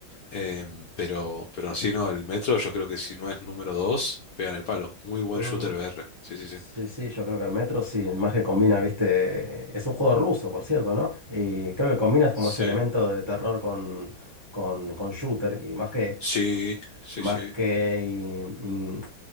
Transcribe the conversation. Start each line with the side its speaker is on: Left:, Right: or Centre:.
Left: Em, pero, pero sí, no, el Metro yo creo que si no es número dos pega en el palo. Muy buen
Right: Mm,
Left: shooter VR. Sí, sí, sí.
Right: sí, sí, yo creo que el Metro sí, más que combina, viste, es un juego ruso, por cierto, ¿no? Y creo que combinas
Left: Sí,
Right: como ese elemento de terror con, con, con shooter, y más que,
Left: sí, sí,
Right: más
Left: sí.
Right: que, y- y